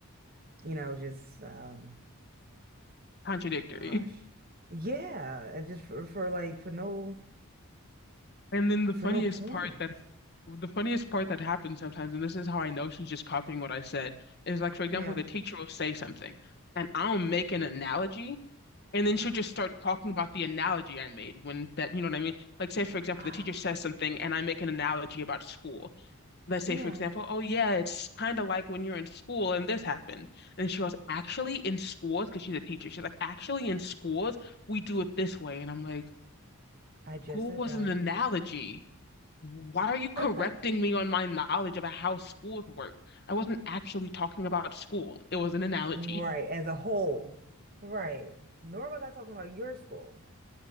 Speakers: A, on the right (about 40°); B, on the left (about 45°).
A: you know just um
B: Contradictory.
A: Gosh.
B: <laughs>
A: Yeah, and just for for like for no
B: And then the
A: for
B: funniest
A: no point.
B: part that the funniest part that happens sometimes, and this is how I know she's just copying what I said, is like for example,
A: Yeah.
B: the teacher will say something and I'll make an analogy And then she'll just start talking about the analogy I made when that, you know what I mean? Like, say, for example,
A: Ah,
B: the teacher says something and I make an analogy about school. Let's
A: yeah.
B: say, for example, oh, yeah, it's kind of like when you're in school and this happened. And she goes, actually, in schools, because she's a teacher, she's like, actually, in schools, we do it this way. And I'm like,
A: I just
B: school
A: said
B: was
A: that.
B: an analogy. Why are you correcting
A: <laughs>
B: me on my knowledge about how schools work? I wasn't actually talking about school, it was an analogy.
A: Right, as a whole. Right. Nor was I talking about your school.